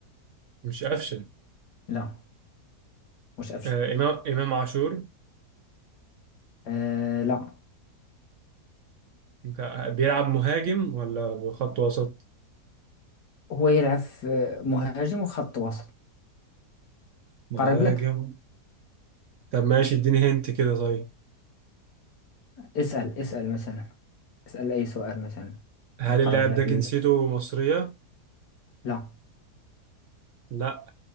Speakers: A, on the right; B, on the left.
A: مش قفشة
B: لا مش أفشخ
A: آه، إمام إمام عاشور
B: آه لا
A: أنت بيلعب مهاجم ولا خط وسط؟
B: هو يلعب في مهاجم وخط وسط
A: مهاجم
B: قريب لك
A: طب ماشي اديني هنت كده طيب
B: اسأل اسأل مثلا اسأل أي سؤال مثلا
A: هل
B: يقرب
A: اللاعب
B: لك
A: ده جنسيته
B: ال...
A: مصرية؟
B: لا
A: لا